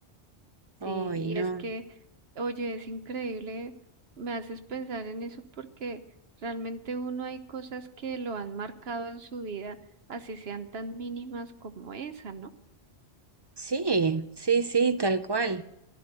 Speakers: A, on the right (about 30°); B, on the right (about 60°).
A: Ay,
B: Sí, y
A: no.
B: es que, oye, es increíble, me haces pensar en eso porque realmente uno hay cosas que lo han marcado en su vida, así sean tan mínimas como esa, ¿no?
A: Sí, sí, sí, tal cual.